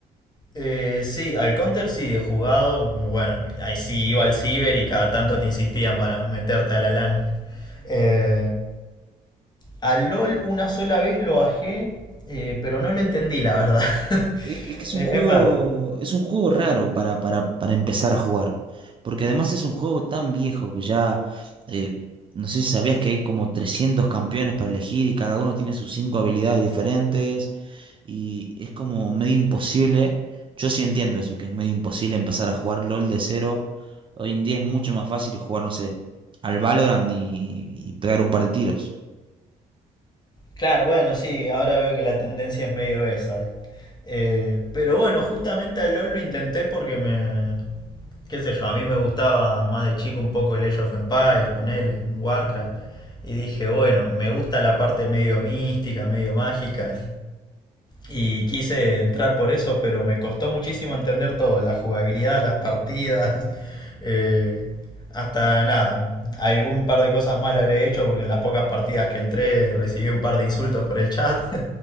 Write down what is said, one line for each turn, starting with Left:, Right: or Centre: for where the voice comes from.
Left: Eh, sí, al Counter sí he jugado. Bueno, ahí sí iba al ciber y cada tanto te insistían para meterte a la LAN. Eh, Al LOL una sola vez lo bajé, eh, pero no lo entendí, la verdad. <laughs>
Right: Es, que es que es un
Left: Eh,
Right: juego,
Left: es más,
Right: es un juego raro para, para, para empezar a jugar. Porque además es un juego tan viejo que ya, eh, no sé si sabías que hay como 300 campeones para elegir y cada uno tiene sus cinco habilidades diferentes. Y es como medio imposible. Yo sí entiendo eso, que es medio imposible empezar a jugar LOL de cero. Hoy en día es mucho más fácil jugar, no sé, al Valorant y, y pegar un par de tiros.
Left: claro, bueno, sí, ahora veo que la tendencia es medio esa. eh. Eh, pero bueno, justamente al LOL lo intenté porque me... qué sé yo, a mí me gustaba más de chico un poco el Age of Empires, ponele, en Warcraft. Y dije, bueno, me gusta la parte medio mística, medio mágica. Y quise entrar por eso, pero me costó muchísimo entender todo, la jugabilidad, las partidas, <laughs> eh, hasta nada, algún par de cosas mal habré hecho porque en las pocas partidas que entré recibí un par de insultos por el chat. <laughs>